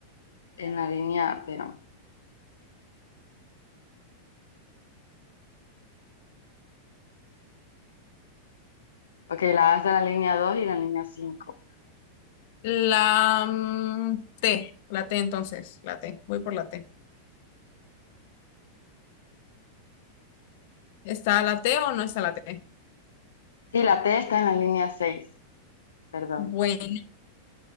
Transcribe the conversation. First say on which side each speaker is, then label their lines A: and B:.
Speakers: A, on the left (about 65°); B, on the left (about 50°).
A: en la línea, pero... Ok, la A está en la línea dos y la línea 5.
B: La mm, T. La T entonces. La T. Voy por la T. ¿Está la T o no está la T?
A: Sí, la T está en la línea 6. perdón.
B: Bueno,